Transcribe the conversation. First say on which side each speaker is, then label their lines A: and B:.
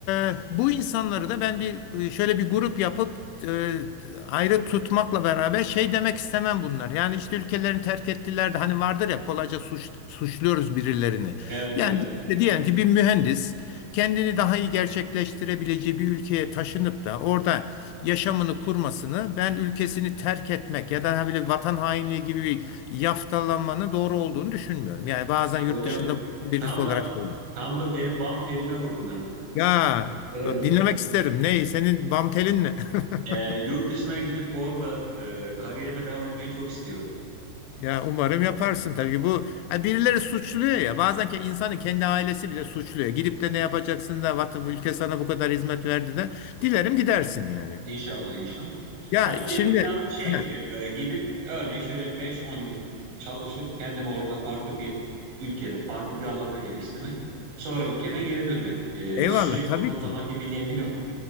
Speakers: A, on the left; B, on the right.
A: e, bu insanları da ben bir e, şöyle bir grup yapıp e, ayrı tutmakla beraber şey demek istemem bunlar. Yani işte ülkelerini terk ettiler de hani vardır ya kolayca suç, suçluyoruz birilerini.
B: Evet,
A: Yani
B: evet.
A: işte diyelim ki bir mühendis kendini daha iyi gerçekleştirebileceği bir ülkeye taşınıp da orada yaşamını kurmasını ben ülkesini terk etmek ya da hani böyle vatan hainliği gibi bir yaftalanmanın doğru olduğunu düşünmüyorum. Yani bazen yurt
B: Hocam
A: dışında bulunan birisi
B: tam
A: olarak
B: da
A: söylüyorum.
B: tam da benim bam telime vurdun ha.
A: Ya
B: Evet.
A: e, dinlemek isterim. Ne? Senin bam telin ne?
B: Ee,
A: <laughs>
B: yurt dışına gidip orada e, kariyerime devam etmeyi çok istiyorum.
A: Ya umarım yaparsın tabii bu ha birileri suçluyor ya bazen ki insanın kendi ailesi bile suçluyor. Gidip de ne yapacaksın da vatı ülke sana bu kadar hizmet verdi de dilerim gidersin yani.
B: İnşallah, inşallah.
A: Ya
B: Tabii benim
A: şimdi
B: planım şey,
A: heh,
B: e, gidip örneğin şöyle beş on yıl çalışıp kendimi orada farklı bir ülkede, farklı bir alanda geliştirmek. Sonra ülkeme geri dönmek. E,
A: eyvallah
B: sürekli
A: tabii
B: orada kalmak
A: ki.
B: gibi bir niyetim yok.